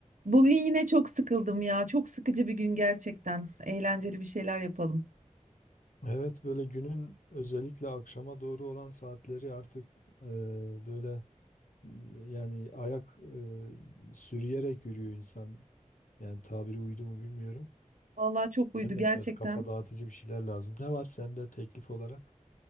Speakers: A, on the right; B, on the left.
A: Bugün yine çok sıkıldım ya. Çok sıkıcı bir gün gerçekten. Eğlenceli bir şeyler yapalım.
B: Evet böyle günün özellikle akşama doğru olan saatleri artık e, böyle m, yani ayak e, sürüyerek yürüyor insan. Yani tabiri uydu mu bilmiyorum.
A: Vallahi çok
B: Ben
A: uydu
B: de
A: gerçekten.
B: biraz kafa dağıtıcı bir şeyler lazım. Ne var sende teklif olarak?